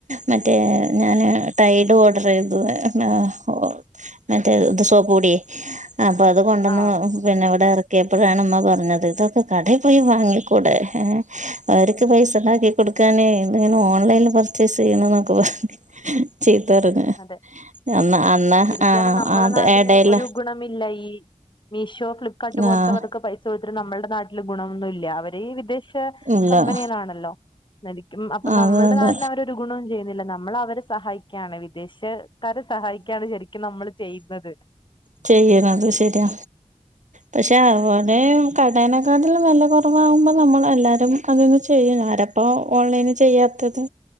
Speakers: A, on the right; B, on the left.
A: മറ്റേ ഞാൻ ടൈഡ് ഓർഡർ ചെയ്ത <unintelligible> മറ്റേ ദ് നേ <unintelligible> സോപ്പ് പൊടി അപ്പൊ അത് കൊണ്ടന്നു
B: ആഹ്
A: പിന്നെ ഇവിടെ ഇറക്കിയപ്പോഴാണ് ഉമ്മ പറഞ്ഞത് ഇതൊക്കെ കടേ പോയി വാങ്ങിക്കൂടെ അവർക്ക് പൈസ ഉണ്ടാക്കി കൊടുക്കാന് ഇത്ങ്ങനെ ഓൺലൈനിൽ പർച്ചേസ് <unintelligible> ന്നൊക്കെ പറഞ്ഞ് വെറ്തെ
B: അതെ
A: എന്നാ അന്ന
B: ശരിക്കും
A: ആ
B: പറഞ്ഞാ നമ്മളെ നാടിന്
A: എടേല്
B: ഒരു ഗുണമില്ല ഈ മീഷോ ഫ്ലിപ്കാർട്ട് പോലത്തെ
A: ആഹ്
B: വർക്ക് പൈസ കൊടുത്തിട്ട് നമ്മളുടെ നാട്ടില് ഗുണൊന്നും ഇല്ല അവര് വിദേശ
A: ഇല്ല
B: കമ്പനികളാണല്ലോ ന്നലിക്കും അപ്പൊ
A: അതെ
B: നമ്മുടെ
A: അതെ
B: നാടിന് അവര് ഒരുഗുണവും ചെയ്യ നില നമ്മളവരെ സഹായിക്ക്യാണ് വിദേശക്കാരെ സഹായിക്കാണ് ശരിക്കും നമ്മള് ചെയ്യുന്നത്
A: ചെയ്യണം അത് ശര്യാ പക്ഷെ അവടെ കടനേക്കാട്ടിലും വെല കുറവാ ഉമ്പോ നമ്മൾ എല്ലാരും അതങ്ങ് ചെയ് ആരാപ്പൊ ഓൺലൈന് ചെയ്യാത്തത്